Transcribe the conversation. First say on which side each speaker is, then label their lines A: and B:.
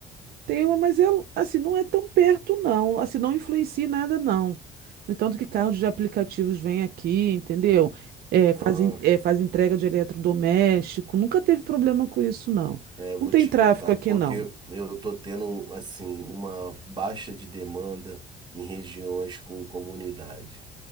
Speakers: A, on the right; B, on the right.
A: Tem uma, mas é, assim, não é tão perto, não. Assim, não influencia em nada, não. No entanto que carros de aplicativos vêm aqui, entendeu? É,
B: Aham.
A: fazem, é, faz entrega de eletrodoméstico. Nunca teve problema com isso, não.
B: É, eu
A: Não
B: vou
A: tem
B: te
A: tráfico
B: contar,
A: aqui,
B: porque
A: não.
B: eu tô tendo, assim, uma baixa de demanda em regiões com comunidade.